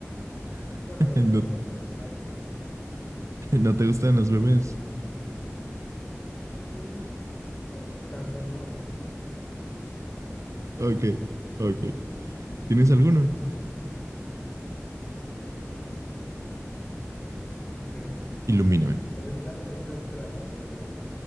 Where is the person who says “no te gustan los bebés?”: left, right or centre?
Right